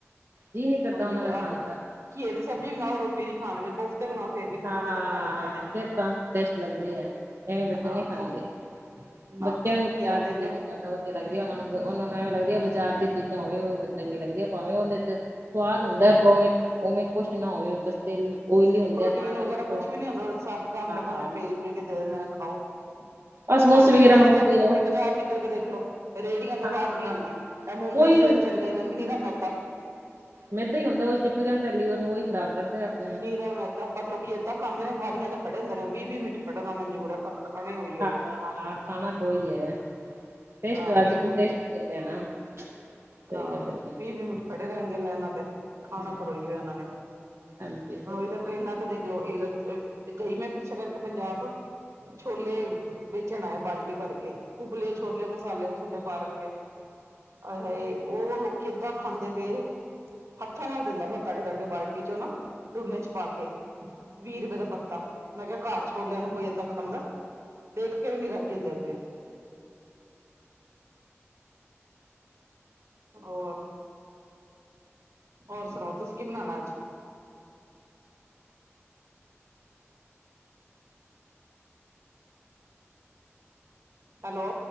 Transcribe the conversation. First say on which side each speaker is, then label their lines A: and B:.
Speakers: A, on the right; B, on the right.
A: ਜੀਅ ਕਰਦਾ
B: ਕੋਈ ਨੀ
A: ਉਹਨਾਂ
B: ਗੱਲ
A: ਦਾ ਖਾਣ
B: ਆ,
A: ਦਾ
B: ਘੀਏ ਦੀ ਸਬਜ਼ੀ ਬਣਾਓ ਰੋਟੀ ਨੀ ਖਾਣਗੇ ਕੋਫਤੇ ਬਣਾਓ ਫੇਰ ਵੀ ਥੋੜੇ
A: ਹਾਂ
B: ਬਹੁਤ ਖਾ ਲੈਂਦੇ ਨੇ
A: ਫੇਰ ਤਾਂ ਟੇਸਟ ਲਗਦੀ ਐ, ਐਂਵੇ ਬੱਚੇ
B: ਹਾਂ
A: ਨੀ ਖਾਂਦੇ।
B: ਕੋ ਨਾ
A: ਬੱਚੇਆਂ ਨੂੰ ਬਜ਼ਾਰ
B: ਕੀ ਆਂਦੇ
A: ਦੀ
B: ਕੇ
A: ਚੀਜ਼ਾਂ ਜ਼ਿਆਦਾ ਵਦੀਆ ਲੱਗਦੀਆਂ ਓਹਨਾਂ ਨੂੰ। ਓਹਨਾਂ ਨੂੰ ਐਵੇਂ ਲੱਗਦੀ ਹੈ ਬਾਜ਼ਾਰ ਦੀ ਚੀਜ਼ਾਂ ਹੋਵੇ ਓਹ ਚੰਗੀ ਲੱਗਦੀਆਂ ਭਾਵੇਂ ਓਹਦੇ ਚ ਸਵਾਦ ਹੁੰਦੈ ਪਰ ਉਵੇਂ-ਉਵੇਂ ਕੁਛ ਨਾ ਹੋਵੇ ਬਸ ਤੇਲ ਓਇਲੀ ਹੁੰਦੇ ਆ।
B: ਟੀਨ
A: ਤਾਂ ਕਰਕੇ
B: ਵਗੈਰਾ ਕੁੱਛ
A: ਹਾਂ
B: ਵੀ ਨੀ ਹੁੰਂਦਾ ਸਭ ਗੰਦ
A: ਹਾਂ
B: ਵੰਦ ਪੇਲ ਪੂਲ ਕੇ ਦੇ ਦਿੰਦੇ ਨੇ ਖਾਓ
A: ਆਹ
B: ਪਰ
A: ਸਮੋਸੇ
B: ਖਾਂਦੇ
A: ਵਗੈਰਾ
B: ਵੀ ਨੇ
A: ਬਣਾਉਂਦੇ
B: ਇਸ ਟੈਮ,
A: ਆ
B: ਬਾਜ਼ਾਰ ਨਿਕਲ ਕੇ ਦੇਖਲੋ ਰੇਹੜੀਆਂ ਤੇ
A: ਹਾਂ
B: ਵਾਰ ਨੀ ਆਂਦੀ। ਐਹ ਮੋਮੋਜ
A: ਉਹੀ
B: ਜੇਹੜੇ ਚੱਲੇ ਨੇ ਮੀ ਨੀਰਾ ਮੈਦਾ
A: ਮੈੱਦਾ ਈ ਹੁੰਦਾ ਉਹੀ ਚਿਪਕ ਜਾਂਦਾ ਲੀਵਰ ਨੂੰ ਉਹੀ ਖਰਾਬ ਕਰਦੈ ਆਪ।
B: ਨੀਰਾ ਮੈਦਾ ਪਰ ਲੋਕੀ ਏਦਾਂ ਖਾਂਦੇ ਨੇ ਵਾਰੀਆਂ ਦੇ ਖੜੇ ਹੁੰਦੇ ਨੇ, ਵੀ-ਵੀ ਮਿੰਟ ਖੜਨਾ ਮਨਜ਼ੂਰ ਐ ਪਰ ਖਣੇ ਓਈਓ
A: <unintelligible> ਖਾਣਾ ਓਈਐ ਟੇਸਟ
B: ਹਾਂ ਵੀਹ
A: ਅੱਜ
B: ਵੀਹ
A: ਕੋ
B: ਮਿੰਟ
A: ਟੇਸਟ ਹੈਗਾ ਨਾ, ਸਈ
B: ਹਾਂ
A: ਗੱਲ ਐ ਜ
B: ਵੀਹ ਵੀਹ ਮਿੰਟ ਖੜੇ ਰੈਹਣਗੇ ਲੈਨਾਂ ਤੇ, ਖਾਣਾ
A: ਹਾਂ,
B: ਪਰ ਓਈਓ ਐ ਏਹਨਾਂ ਨੇ,
A: ਹਾਂਜੀ ਸਹੀ
B: ਹੁਣ ਉਹੀ
A: ਗੱਲ
B: ਤਾਂ ਟਰੇਨਾਂ
A: ਹੈ।
B: ਦੇਖਲੋ ਏਗਲ ਗਈ ਮੈਂ ਪਿੱਛੇ ਕਰਕੇ ਪੰਜਾਬ ਛੋਲੇ ਵੇਚਣ ਆਏਆ ਬਾਲਟੀ ਭਰ ਕੇ ਉਬਲੇ ਛੋਲੇ ਮਸ ਮਸਾਲੇ ਮਸੂਲੇ ਪਾ ਕੇ, ਆਏ ਹਾਏ! ਓ ਲੋਕੀ ਏਦਾਂ ਖਾਂਦੇ ਪੇ ਹੱਥਾਂ ਨਾਲ ਦੇੰਦਾ ਫੇਰ ਕੱਢ-ਕੱਢ ਕੇ ਬਾਲਟੀ ਚ ਨਾ, ਡੋਨੇ ਇਚ ਪਾ ਕੇ। ਵੀ ਰੁਪਏ ਦਾ ਪੱਤਾ, ਮੈਂ ਕੇਆ ਘਰ ਚ ਛੋਲੇਆਂ ਨੂੰ ਕੋਈ ਏਦਾਂ ਖਾਂਦੈ। ਦੇਖ ਕੇ ਵੀ ਨੀ ਰਾਜੀ ਹੁੰਦੇ ਅਗਲੇ। ਹੋਰ ਹੋਰ ਸੁਣਾਓ ਤੁਸੀਂ ਕੀ ਬਣਣੈ ਅੱਜ। ਹੈਲੋ।